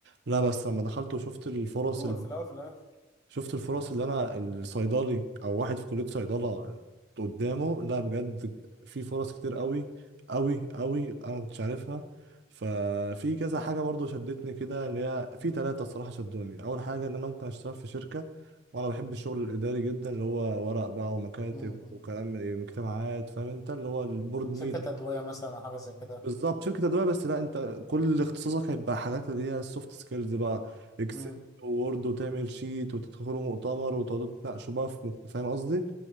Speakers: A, on the right (about 60°); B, on the left (about 20°).
A: لا بس لما دخلت وشفت الفرص
B: دكتور في الاول في الاخر
A: شفت الفرص اللي انا الصيدلي او واحد في كلية صيدلة قدامه لا بجد في فرص كتير قوي قوي قوي انا ما كنتش عارفها ففي كذا حاجة برضو شدتني كده اللي هي في
B: مم،
A: ثلاثة الصراحة شدوني اول حاجة ان انا ممكن اشتغل في شركة وانا بحب الشغل الاداري جدا اللي هو ورق بقى ومكاتب
B: مم،
A: وكلام اجتماعات فاهم انت اللي هو البورد ميتنج
B: شركة أدوية مثلا أو حاجة زي كده
A: بالظبط شركة أدوية بس لا أنت كل اختصاصك هيبقى حاجات اللي هي السوفت سكيلز بقى إكسل
B: مم.
A: وورد وتعمل شيت وتدخلوا مؤتمر وتقعدوا تناقشوا بقى في مك- فاهم قصدي؟